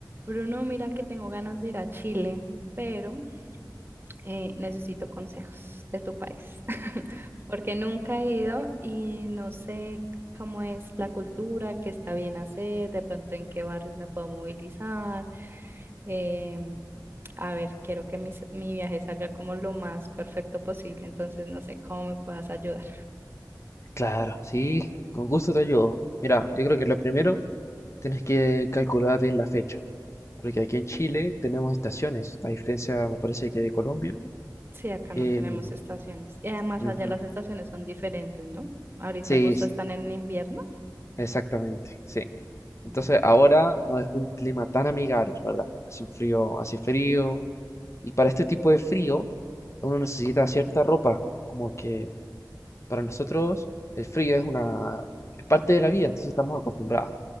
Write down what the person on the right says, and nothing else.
Bruno, mira que tengo ganas de ir a Chile, pero eh, necesito consejos de tu país, <laughs> porque nunca he ido y no sé cómo es la cultura, qué está bien hacer, de pronto en qué barrios me puedo movilizar. Em, a ver, quiero que mis- mi viaje salga como lo más perfecto posible, entonces no sé cómo me puedas ayudar.
Sí, acá no
tenemos estaciones. Y además
allá las estaciones son diferentes, ¿no? Ahorita
justo
están en invierno.
Mm,